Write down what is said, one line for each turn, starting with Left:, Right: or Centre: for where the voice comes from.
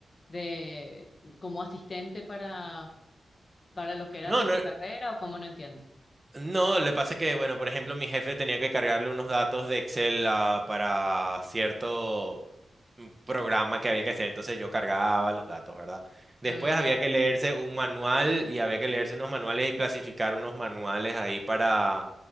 Left: de como asistente para, para los que eran
Right: No,
Left: de
Right: no,
Left: tu carrera o cómo no entiendo.
Right: no, le pasa que, bueno, por ejemplo, mi jefe tenía que cargarle unos datos de Excel ah, para cierto un programa que había que hacer, entonces yo cargaba los datos, ¿verdad? Después
Left: Ah,
Right: había que leerse un manual y había que leerse unos manuales y clasificar unos manuales ahí para,